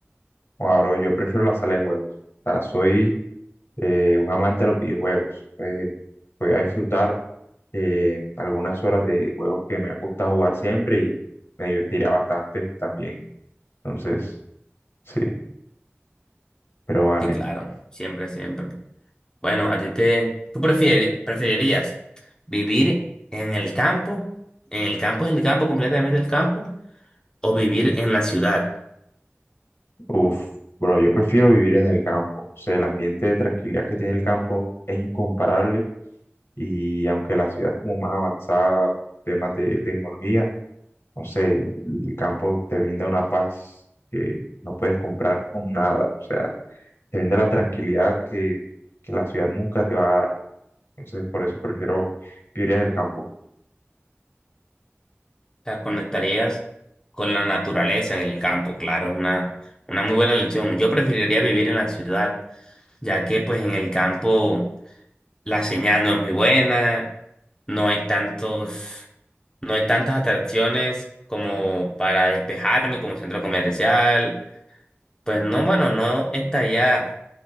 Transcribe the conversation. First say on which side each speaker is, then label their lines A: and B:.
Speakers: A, on the left (about 65°); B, on the left (about 20°).
A: O bro, yo prefiero la sala de juegos. O sea, soy eh, un amante de los videojuegos. Eh, voy a disfrutar eh, algunas horas de juegos que me han gustado jugar siempre y me divertirá bastante también. Entonces, sí, pero vale.
B: Sí, claro, siempre, siempre. Bueno, a ti te... ¿Tú prefieri- preferirías vivir en el campo? ¿En el campo, en el campo, completamente el campo? ¿O vivir en la ciudad?
A: Uf, bro, yo prefiero vivir en el campo. O sea, el ambiente de tranquilidad que tiene el campo es incomparable y aunque la ciudad es como más avanzada, temas de tecnología, no sé, el campo te brinda una paz que no puedes comprar con nada. O sea, te brinda la tranquilidad que, que la ciudad nunca te va a dar. Entonces, por eso prefiero vivir en el campo.
B: sea, conectarías con la naturaleza en el campo, claro, es una, una muy buena lección. Yo preferiría vivir en la ciudad, ya que pues en el campo la señal no es muy buena, no hay tantos, no hay tantas atracciones como para despejarme como centro comercial. Pues no, bueno, no estaría